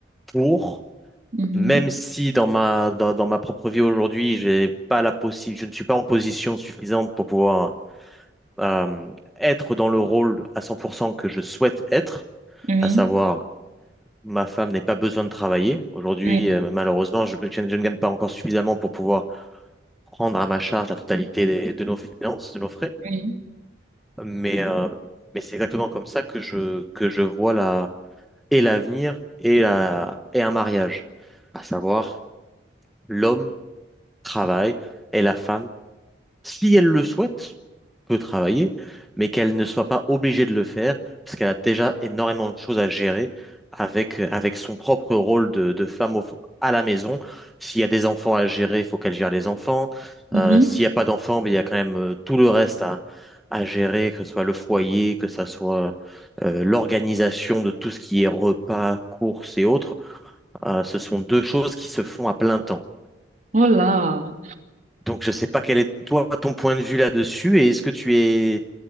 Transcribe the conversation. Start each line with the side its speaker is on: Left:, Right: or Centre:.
Centre: pour,
Right: Mhm.
Centre: même si dans ma, dans, dans ma propre vie aujourd'hui, j'ai pas la possi- je ne suis pas en position suffisante pour pouvoir euh, être dans le rôle à 100% que je souhaite être,
Right: Oui.
Centre: à savoir ma femme n'ait pas besoin de travailler. Aujourd'hui,
Right: Oui.
Centre: euh, malheureusement, je, je ne je ne gagne pas encore suffisamment pour pouvoir prendre à ma charge la totalité des- de nos finances, de nos frais.
Right: Oui.
Centre: Mais, euh, mais c'est exactement comme ça que je, que je vois et l'avenir et, la, et un mariage, à savoir l'homme travaille et la femme si elle le souhaite, peut travailler, mais qu'elle ne soit pas obligée de le faire, parce qu'elle a déjà énormément de choses à gérer avec, euh, avec son propre rôle de, de femme au- à la maison. S'il y a des enfants à gérer, il faut qu'elle gère les enfants.
Right: Mhm.
Centre: Euh, s'il n'y a pas d'enfants, ben, il y a quand même euh, tout le reste à, à gérer, que ce soit le foyer, que ce soit euh, l'organisation de tout ce qui est repas, courses et autres. Euh, ce sont deux choses qui se font à plein temps.
Right: Oh là.
Centre: Donc, je ne sais pas quel est toi ton point de vue là-dessus et est-ce que tu es